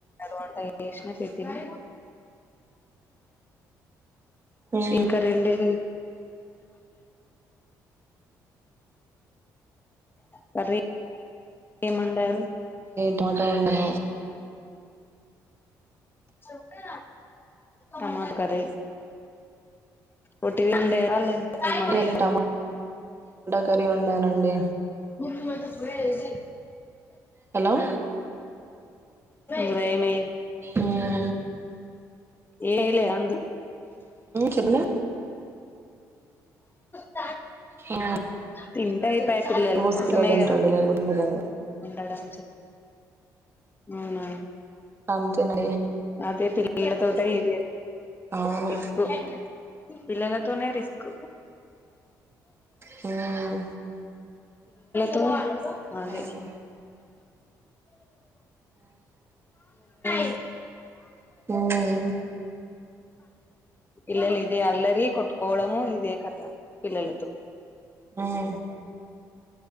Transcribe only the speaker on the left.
వంట చేేషిన పెటినా
ఇంకా రెండది కర్రీ ఏం వండరు
సపే టమాట కర్రీ ఓటిది వండి న్నా
ఈతర
<inaudible>
గుూమి మాతో ప అైసి
గ్రేమే
ఏ ఇలే అందు
అ
తింటా అయిపోయ పిల్లల
కోసమే
కద
ఉండడం అవునా
అదే పిల్లలతోటి <inaudible>
ఎక్కువ పిల్లల పిల్లలతో నీ రిస్క్
తో అదే
పిల్లలు
పిల్లలు ఇదే అల్లరి కొట్టుకోవడము ఇదే కథ పిల్లలతో